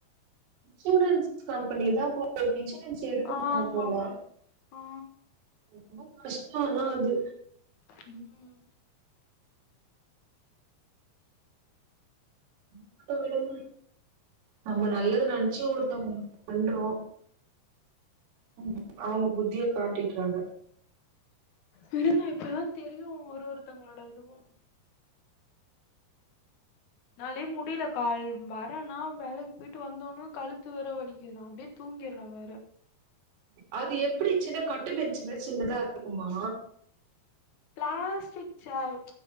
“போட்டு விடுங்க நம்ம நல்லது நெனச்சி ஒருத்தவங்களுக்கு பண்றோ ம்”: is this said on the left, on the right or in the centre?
Right